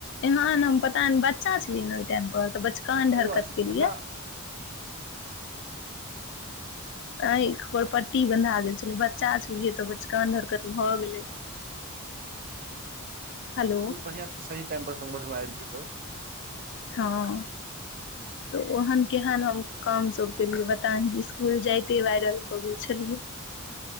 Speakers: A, on the left; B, on the right.
A: एह हम पता बच्चा छलियै ओहि टाइम पर तऽ बचकान
B: सही
A: हरकत
B: बात छै केना
A: के लिए <inaudible> आख पर पट्टी बन्धा गेल छलै बच्चा छलियै तऽ बचकान हरकत भऽ गेलै हेलो
B: ई बढ़िआँ छै सही टेम्पल समझमे आबि गेलहु
A: हँ तऽ ओहन केहन हम काम सभ केलियै बताही इसकुल जाइते वायरल भऽ गेल छलियै